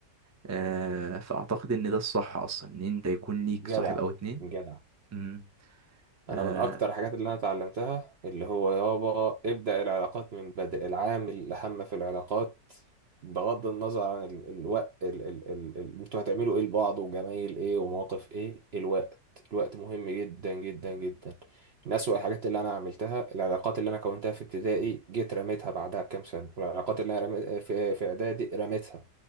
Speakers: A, on the right; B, on the right.
A: آه فأعتقد إن ده الصح أصلا إن أنت يكون ليك
B: جدع
A: صاحب أو اتنين
B: جدع
A: مم.
B: انا
A: آه
B: من اكتر الحاجات اللي انا اتعلمتها اللي هو يابا ابدأ العلاقات من بدري العامل الاهم في العلاقات بغض النظر عن ال- الوقت ال... ال... ال... ال... انتوا هتعملوا ايه لبعض وجمايل ايه ومواقف ايه الوقت الوقت مهم جدا جدا جدا من أسوأ الحاجات اللي انا عملتها العلاقات اللي انا كونتها في ابتدائي جيت رميتها بعدها بكام سنة والعلاقات اللي انا رميت... في في اعدادي رميتها